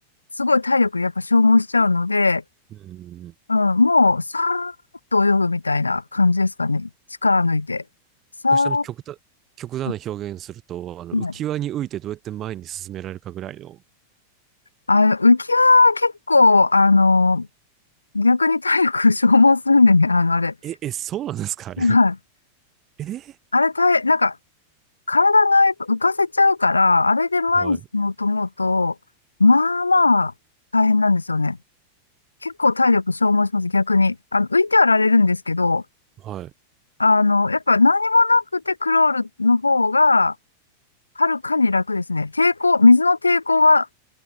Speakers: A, on the left; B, on the right.
A: すごい体力やっぱ消耗しちゃうので、
B: うん。
A: うん、もう、さーっと泳ぐみたいな感じですかね。力抜いて。さーっ
B: 私、あの、極端、極端な表現すると、
A: と。
B: あの、
A: はい
B: 浮き輪に浮いてどうやって前に進められるかぐらいの、
A: あの、浮きは結構、あの、逆に体力消耗するんでね、あの、あれ。
B: え、え、そうなんですか、<laughs> あれ。
A: はい。
B: <laughs> え
A: あれ、体、なんか、体がやっぱ浮かせちゃうから、あれで前に進もうと思うと、
B: はい、
A: まあまあ、大変なんですよね。結構体力消耗します、逆に。あの、浮いてはられるんですけど、
B: はい。
A: あの、やっぱ何もなくてクロールの方が、はるかに楽ですね。抵抗、水の抵抗が